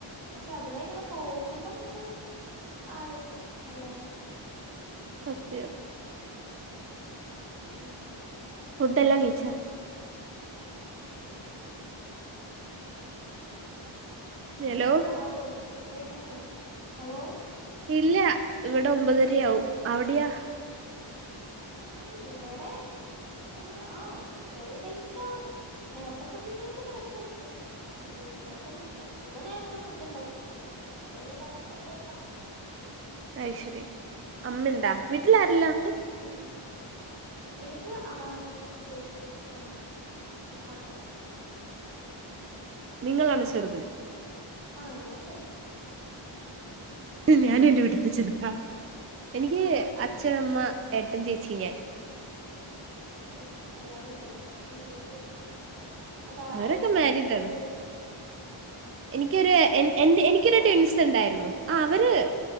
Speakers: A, on the right (about 55°); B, on the right (about 30°).
A: പക്ഷെ അതില എങ്ങനെ പോകുമ്പോ ഇങ്ങനെ ആലേക്കും എല്ലാരും
B: സത്യം
A: ഉം
B: ഫുഡ് എല്ലാം കീഴച്ച ഹലോ
A: ആയോക്ക ഹലോ
B: ഇല്ല ഇവിടെ ഒമ്പതരയാവും അവിടെയാാ
A: ഉ ഇവിടെ ആ ആ് ഇവിടെ ലേറ്റ് ആകവും നേരത്തെ ഫുഡ് ഉണ്ടാക്കിയ നേരത്തെ അയക്കോ ലേറ്റ് ആകുമ്പോ ലേറ്റ് ആകും ഇന്ന് നേരത്തെ ഫുഡ് ഉണ്ടാക്കിയണ്ട് അപ്പൊ നീ നേരത്തെ കഴിക്കണം
B: അയ്്ശരി അമ്മ ഇണ്ടാ വീട്ടിൽ ആരെല്ലാം
A: ഉഓ വീട്ടില അമാജ്ഞം ചെയ്തി ഞാന്െ മാത്രം
B: നിങ്ങൾ അനച്ചറത്
A: ആഹ ഞാൻ ചക്ക
B: ഞാനും എൻന്റെ വീട്ടത്തെ ചെറുക്കാ എനിക്ക് അച്ഛനമ്മ ഏട്ടൻ ചേച്ചി ഞാൻ
A: ഓ എല്ലാരും ഉണ്ടല്ലേ എട്ടനും ചേച്ചിയ ഉണ്ടല്ലേ അന്താ
B: അവരൊക്കെ
A: അനിയനാ
B: മാരീഡ്
A: അന്ന് എത്തിർല്ലനോ
B: ആണ് എനിക്കൊരു എ
A: മാരീഡാ
B: എനിക്കൊരുട്ട ടിൻസ് ഉണ്ടായിരുന്നു ആ അവര്